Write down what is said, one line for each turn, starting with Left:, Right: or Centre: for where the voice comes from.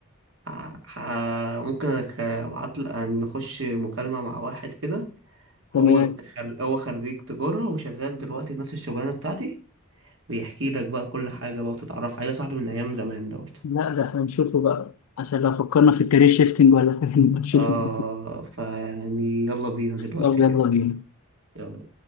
Right: ه- ه- ممكن أك- ابعت لك نخش مكالمه مع واحد كده
Left: تمام
Right: هو خر... هو خريج تجارة وشغال دلوقتي في نفس الشغلانة بتاعتي بيحكي لك بقى كل حاجة بقى وتتعرف عليه ده صاحبي من أيام زمان ده برضه
Left: لا ده هنشوفه بقى عشان لو فكرنا في الكارير شيفتنج ولا <laughs> حاجة نبقى نشوف
Right: آه
Left: <laughs>
Right: فيعني يلا بينا دلوقتي
Left: طب يلا
Right: كده
Left: بينا
Right: يلا